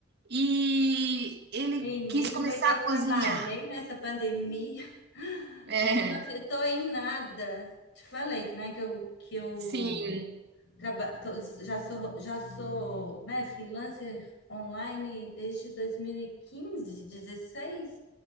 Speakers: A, on the right; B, on the left.
A: e ele
B: Menina,
A: quis começar
B: pois eu
A: a
B: trabalhei
A: cozinhar.
B: nessa pandemia <laughs>
A: É,
B: para mim não afetou em nada. Te falei, né, que eu que eu
A: sim,
B: traba- tô- já sou já sou, né, freelancer online desde 2015, 16.